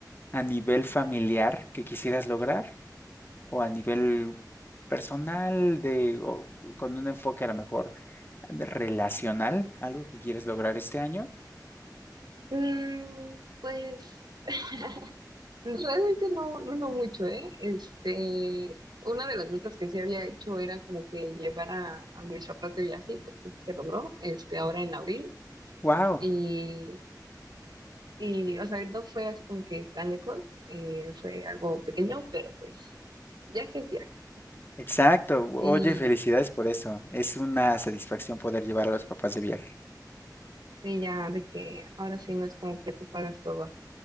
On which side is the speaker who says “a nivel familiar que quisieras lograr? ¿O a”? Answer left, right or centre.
Left